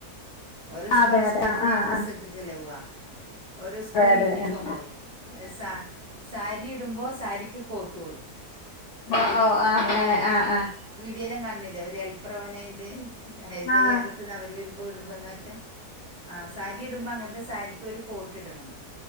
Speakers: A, on the right (about 35°); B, on the left (about 70°).
A: ഓരോ സ്കൂൾ
B: അതെ
A: ഇഷ്ടത്തിന്
B: അതെ ആഹ് ആഹ്
A: ഡ്രസ്സ്
B: ആഹ്
A: ഇട്ടിട്ടല്ലേ പോവാ. ഓരോ സ്കൂൾ
B: അതെ അതെ
A: യൂണിഫോം
B: ആഹ്
A: മോലും സാ സാരി ഇടുമ്പോൾ സാരിക്ക് കോട്ട് പോലും ഒരു
B: ഓഹ് ഓഹ് ആഹ്
A: ഇങ്ങനെ
B: അങ്ങനെ ആഹ് ആഹ്
A: വീഡിയോ ല്ലാം കാണുന്നില്ലേ ഒരു ഹെൽപ്ര പോലേയിട്ട് ഹരിത
B: ആഹ്
A: കേരളത്തിൽ നിന്ന് അവര് വരുമ്പോ ഇടുമ്പോലേത്തെ ആഹ് സാരിടുമ്പോ അങ്ങനത്തെ സാരിക്ക് ഒരു കോട്ട് ഇടണം